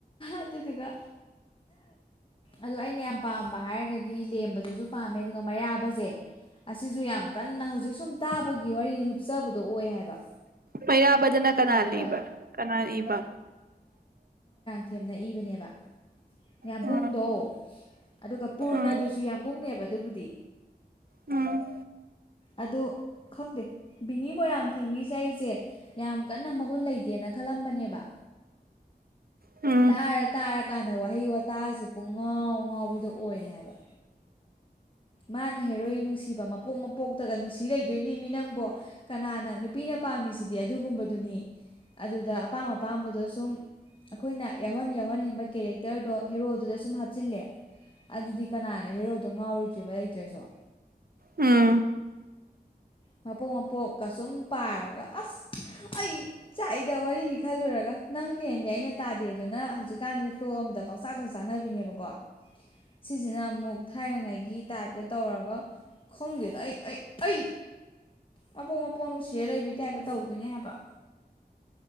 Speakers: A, on the left; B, on the right.
A: ꯑꯗꯨꯗꯨꯒ ꯑꯗꯨ ꯑꯩꯅ ꯌꯥꯝ ꯄꯥꯝꯕ ꯍꯥꯏꯔꯒꯗꯤ ꯂꯦꯝꯕꯗꯨꯁꯨ ꯄꯥꯝꯃꯦ ꯑꯗꯨꯒ ꯃꯩꯔꯥꯕꯖꯦ ꯑꯁꯤꯖꯨ ꯌꯥꯝ ꯀꯟꯅ ꯍꯧꯖꯤꯛ ꯁꯨꯝ ꯇꯥꯕꯒꯤ ꯋꯥꯔꯤꯗ ꯂꯨꯞꯆꯕꯗꯣ ꯑꯣꯏ ꯍꯥꯏꯕ
B: ꯃꯩꯔꯥꯕꯗꯅ ꯀꯅꯥ
A: ꯑꯗꯨꯒ
B: ꯂꯤꯕ ꯀꯅꯥꯟ ꯏꯕ
A: ꯊꯦꯝꯅ ꯏꯕꯅꯦꯕ ꯌꯥꯝꯕꯨꯡꯗꯣ
B: ꯎꯝ
A: ꯑꯗꯨꯒ ꯄꯨꯔꯅꯗꯨꯁꯨ
B: ꯎꯝ
A: ꯌꯥꯝꯕꯨꯡꯅꯦꯕ ꯑꯗꯨꯕꯨꯗꯤ
B: ꯎꯝ
A: ꯑꯗꯨ ꯈꯪꯗꯦ ꯕꯤꯅꯤ ꯃꯣꯏꯔꯥꯡꯊꯦꯝ ꯒꯤꯁꯦ ꯑꯩꯁꯦ ꯌꯥꯝ ꯀꯟꯅ ꯃꯒꯨꯟ ꯂꯩꯇꯦꯅ ꯈꯜꯂꯝꯕꯅꯦꯕ
B: ꯎꯝ
A: ꯇꯥꯔ ꯇꯥꯔꯀꯥꯟꯗ ꯋꯥꯍꯩ ꯋꯥꯇꯥꯁꯦ ꯄꯨꯡ ꯉꯥꯎ ꯉꯥꯎꯕꯤꯗꯣ ꯑꯣꯏꯔꯦ ꯍꯥꯏꯕ ꯃꯥꯅ ꯍꯦꯔꯣꯏ ꯅꯨꯡꯁꯤꯕ ꯃꯄꯣꯛ ꯃꯄꯣꯛꯇꯒ ꯅꯨꯡꯁꯤ ꯂꯩꯗꯣꯏꯅꯤ ꯃꯤ ꯅꯪꯕꯣ ꯀꯅꯥꯅ ꯅꯨꯄꯤꯅ ꯄꯥꯝꯃꯤꯁꯤꯗꯤ ꯑꯗꯨꯒꯨꯝꯕꯗꯨꯅꯤ ꯑꯗꯨꯗ ꯑꯄꯥꯝ ꯑꯄꯥꯝꯕꯗꯣ ꯁꯨꯝ ꯑꯈꯣꯏꯅ ꯌꯥꯎꯍꯟ ꯌꯥꯎꯍꯟꯅꯤꯡꯕ ꯀꯦꯔꯦꯛꯇꯔꯗꯣ ꯍꯦꯔꯣꯗꯨꯗ ꯁꯨꯝ ꯍꯥꯞꯆꯤꯜꯂꯦ ꯑꯗꯨꯗꯤ ꯀꯅꯥꯅ ꯍꯦꯔꯣꯗꯣ ꯉꯥꯎꯔꯣꯏ ꯂꯩꯇ꯭ꯔꯁꯨ
B: ꯎꯝ
A: ꯃꯄꯣꯛ ꯃꯄꯣꯛꯀ ꯁꯨꯝ ꯄꯥꯔꯒ ꯑꯁ ꯑꯩ ꯆꯥꯛꯏꯗ ꯋꯥꯔꯤꯒꯤ ꯈꯜꯂꯨꯔꯒ ꯅꯪꯅ ꯍꯦꯟꯗꯦ ꯑꯩꯅ ꯇꯥꯗꯦꯗꯨꯅ ꯍꯧꯖꯤꯛꯀꯥꯟꯒꯤ ꯐ꯭ꯂꯣ ꯑꯃꯗ ꯄꯪꯆꯥꯛꯇ ꯆꯥꯛꯅꯕꯤꯅꯦꯕꯀꯣ ꯁꯤꯖꯤꯅ ꯑꯃꯨꯛ ꯊꯥꯏꯅꯉꯩꯒꯤ ꯇꯥꯏꯞꯇ ꯇꯧꯔꯒ ꯈꯪꯗꯦꯗ ꯑꯩ ꯑꯩ ꯑꯩ ꯃꯄꯣꯛ ꯃꯄꯣꯛ ꯅꯨꯡꯁꯤꯔ ꯂꯩꯕꯩ ꯇꯥꯏꯞꯇ ꯇꯧꯗꯣꯏꯅꯦ ꯍꯥꯏꯕ